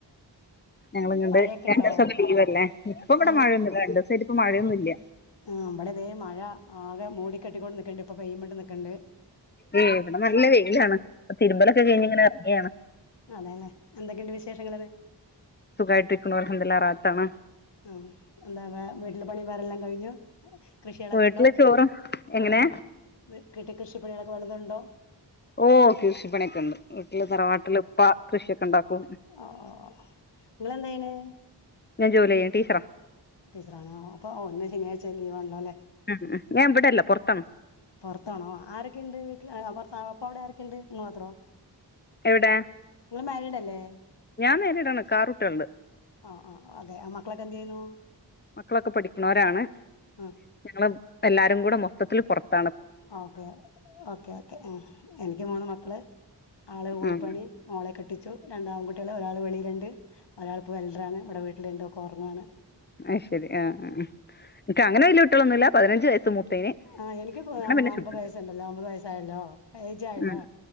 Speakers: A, on the left (about 25°); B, on the left (about 70°).
A: ഞങ്ങളിങ്ങണ്ട്
B: മഴയൊക്കെ
A: രണ്ടു
B: ഉണ്ടോ
A: ദിവസം ഓക്ക് ലീവല്ലേ ഇപ്പൊ ഇവിടെ
B: ഏഹ്
A: മഴൊന്നുല്ല രണ്ട് ദിവസായിട്ട് ഇപ്പ മഴയൊന്നും ഇല്ല
B: ആഹ് ഇബടെ ഇതേ മഴ ആകെ മൂടിക്കെട്ടിക്കൊണ്ട് നിക്കണ്ട് ഇപ്പൊ പെയും <unintelligible> നിക്കണ്ട്
A: ഏഹ് ഇവിടെ നല്ല വെയിലാണ് ഇപ്പൊ തിരുമ്പലൊക്കെ കഴിഞ്ഞ്ങ്ങനെ <unintelligible>
B: അതേല്ലെ എന്തൊക്കെയുണ്ട് വിശേഷങ്ങളത്
A: സുഖായിട്ട് നിക്കുണു അൽഹംദുലില്ലാഹ് റാഹത്താണ്
B: ഉം എന്താ വെ വീട്ടിലെ പണി വേറെല്ലാം കഴിഞ്ഞു കൃഷികളൊക്കെ
A: വീട്ടില്
B: ണ്ടോ
A: ചോറും എങ്ങനെ
B: വിട്ടി കൃഷിപ്പണികളൊക്കെ വലതു ണ്ടോ
A: ഓഹ് കൃഷിപ്പണിയൊക്കെ ഇണ്ട് വീട്ടില് തറവാട്ടില് ഇപ്പ കൃഷിയൊക്കെ ഇണ്ടാക്കും.
B: ഓഹ് ഓഫ് ന ഇങ്ങള് എന്താ ചെയ്യണേ?
A: ആഹ് ഞാൻ ജോലി ചെയ്യാ ടീച്ചറാ
B: ടീച്ചറാണോ അപ്പൊ ഓ ഇന്ന് ശനിയാഴ്ച ലീവ് ആണല്ലോ ല്ലേ?
A: ഉം ഞാൻ ഇവിടെല്ല പുറത്താണ്
B: പൊറത്താണോ ആരൊക്കെയുണ്ട് വീട്ടില് ആഹ് പൊറത്ത് അപ്പ അവിടെ ആരൊക്കെയുണ്ട് നിങ്ങള് മാത്രോ?
A: എവിടെ
B: നിങ്ങൾ മാരീഡ് അല്ലേ
A: ഞാൻ മാരീഡ് ആണ് ഇൻക്ക് ആറു കുട്ടികൾ ഇണ്ട്
B: ആഹ് ആഹ് അതെ ആ മക്കളൊക്കെ എന്തു ചെയ്യുന്നു?
A: മക്കളൊക്കെ പഠിക്കുണോരാണ്
B: ആ
A: ഞങ്ങള് എല്ലാരും കൂടെ മൊത്തത്തിൽ പൊറത്ത്
B: ആഹ് ഓക്കെ ഓക്കെ ഓക്കേ ആഹ് എനിക്ക് മൂന്ന് മക്കള് ആള് കൂലിപ്പണി
A: ഉം
B: മോളെ കെട്ടിച്ചു രണ്ടാൺകുട്ടിയേള് ഒരാള് വെളിയിൽ ഇണ്ട് ഒരാള് ഇപ്പൊ വെൽഡറാണ് ഇവിടെ വീട്ടിൽ ഇണ്ട് ഒക്കെ ഒറങ്ങാണ്
A: അയ് ശരി ആഹ് ആഹ് ഇൻക്ക് അങ്ങനെ വെല്ല്യ കുട്ടികൾ ഒന്നും ഇല്ല പതിനഞ്ച് വയസ്സ് മൂത്തേന്
B: ആഹ് എനിക്ക് ഇപ്പോ
A: അങ്ങനെ പിന്നെ
B: അമ്പത്
A: ചുട്ടത്
B: വയസ്സുണ്ടല്ലോ അമ്പത് വയസ്സായല്ലോ ഏജായല്ലോ.
A: ഉം